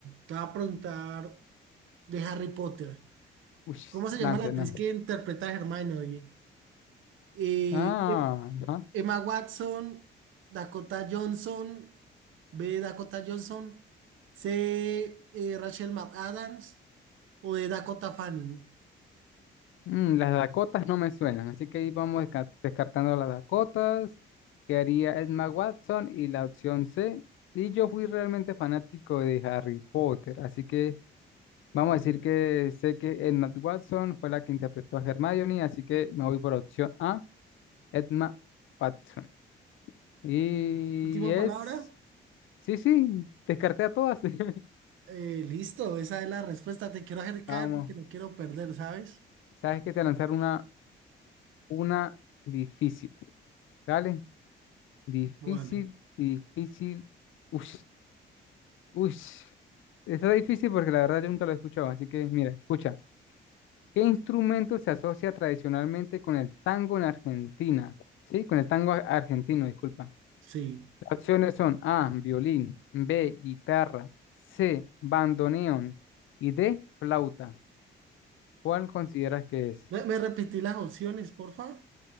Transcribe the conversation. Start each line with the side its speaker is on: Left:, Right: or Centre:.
Right: te voy a preguntar de Harry Potter.
Left: Uy,
Right: ¿Cómo se llama
Left: lance,
Right: la actriz
Left: lance.
Right: que interpreta a Hermione, oye? eh,
Left: Ah, ajá.
Right: Emma Watson, Dakota Johnson, B. Dakota Johnson, C. eh, Rachel McAdams o D. Dakota Fanning.
Left: Mm, las Dakotas no me suenan, así que ahí vamos desca- descartando las Dakotas. Quedaría Emma Watson y la opción C. Y yo fui realmente fanático de Harry Potter, así que vamos a decir que sé que Emma Watson fue la que interpretó a Hermione, así que me voy por opción A, Emma Watson. Y
Right: Última
Left: es...
Right: palabra.
Left: Sí, sí, descarté a todas. <laughs>
Right: Eh, listo, esa es la respuesta. Te quiero acercar
Left: Vamos,
Right: porque no quiero perder, ¿sabes?
Left: sabes que te voy a lanzar una, una difícil. Dale. Difícil,
Right: Vale,
Left: difícil. Uy, uy. Está difícil porque la verdad yo nunca lo he escuchado. Así que, mira, escucha. ¿Qué instrumento se asocia tradicionalmente con el tango en Argentina? Sí, con el tango a- argentino, disculpa.
Right: sí.
Left: Las opciones son A, violín, B, guitarra, C, bandoneón y D, flauta. ¿Cuál consideras que es?
Right: ¿Me, me repetí las opciones, porfa?